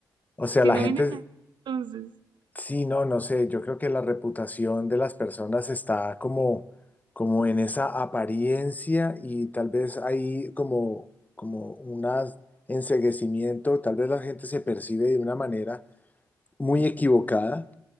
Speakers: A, on the left; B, on the right.
A: O sea,
B: si
A: la
B: no
A: gente,
B: vienes a- entonces,
A: Sí, no, no sé, yo creo que la reputación de las personas está como, como en esa apariencia y tal vez hay como, como un enceguecimiento, tal vez la gente se percibe de una manera muy equivocada,